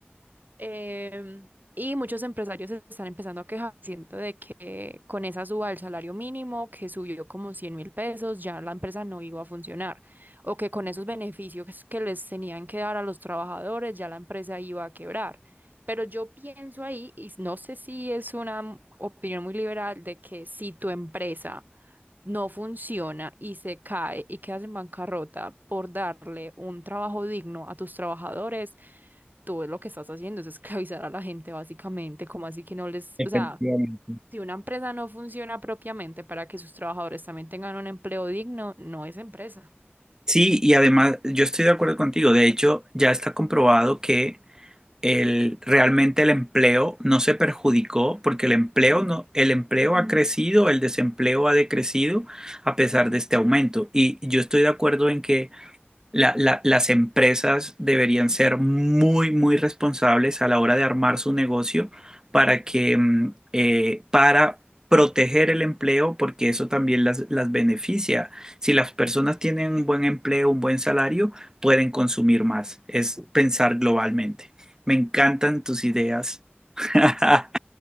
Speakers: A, on the right; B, on the right.
A: Em, y muchos empresarios se están empezando a quejar, siento de que con esa suba del salario mínimo, que subió como cien mil pesos, ya la empresa no iba a funcionar. O que con esos beneficios que les tenían que dar a los trabajadores, ya la empresa iba a quebrar. Pero yo pienso ahí, y no sé si es una opinión muy liberal, de que si tu empresa no funciona y se cae y quedas en bancarrota por darle un trabajo digno a tus trabajadores, tú lo que estás haciendo es esclavizar a la gente básicamente, como así que no les,
B: Efectivamente.
A: o sea, si una empresa no funciona propiamente para que sus trabajadores también tengan un empleo digno, no es empresa.
B: Sí, y además yo estoy de acuerdo contigo. De hecho, ya está comprobado que el, realmente el empleo no se perjudicó porque el empleo no, el empleo ha crecido, el desempleo ha decrecido a pesar de este aumento. Y yo estoy de acuerdo en que la- la- las empresas deberían ser muy, muy responsables a la hora de armar su negocio para que, mm, eh, para proteger el empleo, porque eso también las, las beneficia. Si las personas tienen un buen empleo, un buen salario, pueden consumir más. Es pensar globalmente. Me encantan tus ideas, <laughs>